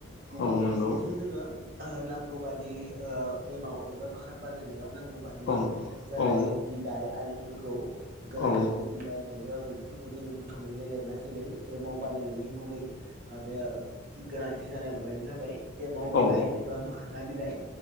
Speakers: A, on the right (about 45°); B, on the left (about 60°).
A: गुबुन
B: औ
A: फारसेथिं
B: नंगौ
A: जोङो नांगौ बादि ओ एमाव एबा बाखार बानायनायाव नांगौ बादियै
B: औ
A: जानाय
B: औ
A: बिलाइ आरिफोरखौ गोनांथि
B: औ
A: जानाय बिलाइ म आबाय बेफोरखौ जोङो बुथुमनाय जायो आरोना जेरै एमाव बानायनायनि गुबै माबाया गोनांथि जानाय माबायानो जाबाय एमाव
B: औ
A: बिलाइ एबा मोखोना बिलाइ